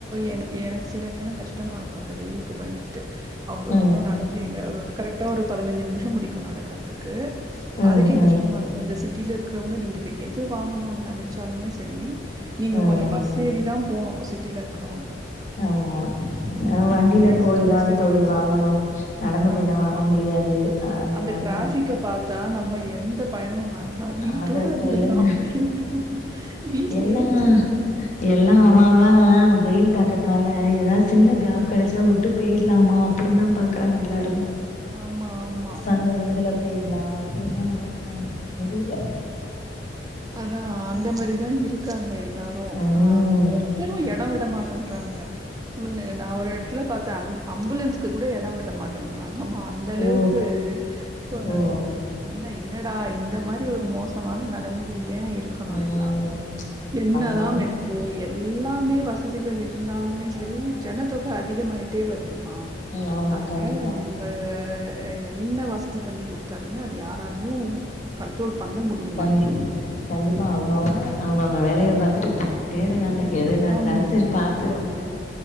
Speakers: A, on the right; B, on the left.
A: எனக் எனக்கு சில நேரம் கஷ்டமா இருக்கு இந்த வெயிலுக்கு பயந்து ட்டு அவ்ளோ
B: ம்,
A: தூரம்
B: ம்.
A: நடந்து எங்க கரெக்டா ஒரு பதினஞ்சு நிமிஷம் முடிக்கும் நடக்கறதுக் கு
B: ம்,
A: அதுக்கே கஷ்டமா
B: ம்.
A: இரு இப்ப இந்த சிட்டியில இருக்கிறவங்க நீங்க இப்போ எது வாங்கணும்னு நெனைச்சாலுமே சரி நீங்க
B: ம்.
A: கொஞ்சோ பஸ் ஏறிதா போனு சிட்டில இருக்கறவங்க
B: ஆமா ஆ வண்டியில
A: டவுன்
B: போய தா
A: பஸ்ஸு
B: தோழி வாங்கணு நடந்து
A: ஆமா
B: போயெல்லா வாங்க
A: ஆமா.
B: முடியாது அதனால
A: அந்த டிராஃபிக்க பாத்தா நம்ம எந்த பயணமு வே ண்டா வீட்டோட
B: அத
A: இருந்தலா
B: சொல்லுங்க.
A: அப்டின்னு வீட்லயே
B: எல்லா
A: இருந்துலா
B: எல்லா அவஅவ வெயில் தாக்கத் தினால ஏதாவது சின்ன கேப் கிடைச்சா விட்டு போயிடலாமா அப்டின்னு தா பாக்குறாங்க எல்லாருமே
A: ஆமா ஆமா.
B: சந்து
A: ம்.
B: புந்தல போயிரலா அப்டி தா பாக்குறாங்க முடியல
A: அதா அந்த மாதிரிதா இருக்காங்க எல்லாரு
B: ம்
A: ஆ ஓ திரும்ப எடோ விட மாட்டேன்றன்றாங்க நா ஒரு எடத்துல பாத்தே அம் அம்புலன்ஸ் கூட எடோ விட்ட மாட்டேறாங்க ஆமா அந்த அளவுக்கு
B: ஓ
A: இப்போ
B: ஓ
A: என்ன என்னடா இந்த மாதிரி ஒரு மோசமான நிலமையில ஏன் இருக் கணு
B: ம்
A: எல்லாரு என்னதா
B: அவங்கவுங்க
A: ப்ரோ எல்லாமே வசதிகள் இருந்தாலுமே சரி ஜனதொகை அதிகமாயிட்டே வருதுமா
B: ம் ஆமா
A: அதனால
B: கண்டிப்பா
A: நான் அ என்ன வசதி பண்ணி கொடுத்தாலுமே அது யாராலயு கண்ட்ரோல் பண்ண முடிய
B: கண்டி
A: மாட்டேன்து.
B: கண்டிப்பா அவங்க அவங்க அவங்க அவங்க வேலைய பார்த்துட்டு போயி தேரு நாங்க எது நடந்தாலு
A: ஆமா,
B: சரி பாக்குறது இல்ல